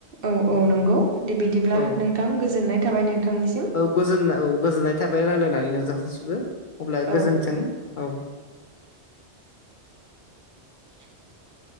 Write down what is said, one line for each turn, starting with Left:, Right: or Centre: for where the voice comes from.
Right: औ औ नंगौ दे बिदिब्ला
Left: औ
Right: नोंथां गोजोननाय थाबाय नोंथांनिसिम
Left: गोजोननाय औ गोजोननाय थाबाय रायलायनानै <unintelligible> अब्ला गोजोन्थों
Right: औ
Left: औ
Right: ए <unintelligible>